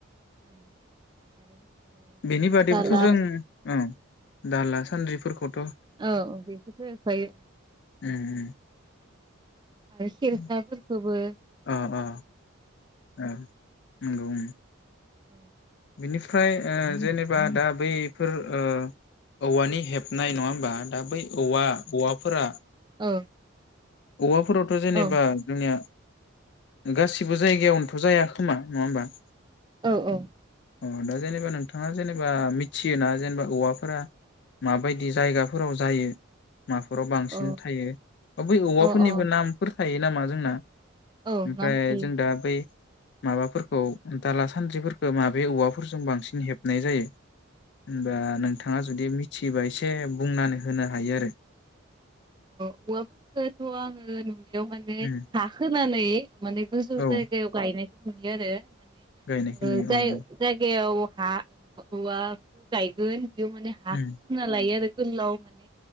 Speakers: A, on the right (about 20°); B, on the left (about 55°).
A: ओं आरो ओ
B: बेनि बादैबोथ
A: दाला
B: जों औ। दाला सान्द्रिफोरखौ
A: औ बेखौथ हेबखायो
B: उम
A: आरो सेरखाफोरखौबो।
B: उम अ अ ओ नंगौ उ
A: ओ
B: बिनिफ्राय ओ जेनेबा दा बैफोर ओ औवानि हेबनाय नङा होमबा। दा बै औवा औवाफोरा।
A: औ
B: औवाफोरावथ जेनेबा
A: औ
B: जोंनिया गासिबबो जायगायावनोथ जाया खोमा नङा होमबा?
A: औ औ।
B: अ दा जेनेबा नोंथाङा जेनेबा मिथियोना जेनेबा औवाफोरा माबायदि जायगाफोराव जायो। माफोराव बांसिन
A: औ
B: थायो। औवाफोरनिबो
A: औ औ
B: नामफोर थायो नामा जोंना?
A: औ
B: ओमफ्राय
A: नाम थायो
B: जों दा बे माबाफोरखौ दाला सान्द्रिफोरखौ माबे औवाफोरजों बांसिन हेबनाय जायो होनबा? नोंथाङा जुदि मिथिबाय एसे बुंनानै होनो हायो आरो
A: औवा फोरखौथ' आङो नुनो बेआव माने
B: उम
A: हा खोनानै <unintelligible> माने गोजौ
B: औ
A: जायगायाव गायनाय नुयो आरो। माने
B: गायनायखौ
A: ओ
B: नुयो
A: जाय
B: औ औ
A: जायगायाव हा ओ माबा औवा खौ गायगोन। बेयाव माने
B: उम
A: हाखौ जुमना लायो आरो गोलाव माने